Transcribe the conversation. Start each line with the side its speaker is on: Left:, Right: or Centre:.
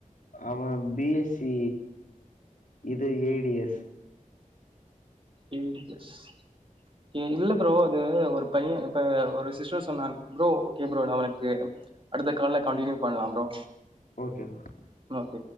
Left: அவ பி எஸ் சி இது ஏ டி எஸ்
Right: உங்கிட்ட இல்ல ப்ரோ அதோட ஒரு பைய இப்ப ஒரு சிஸ்டர் சொன்னாங்க ப்ரோ ஓகே ப்ரோ நா அவனுக்கு அடுத்த கால்ல கண்ட்டினியூ பண்லா ப்ரோ
Left: ஓகேங்
Right: ஓகே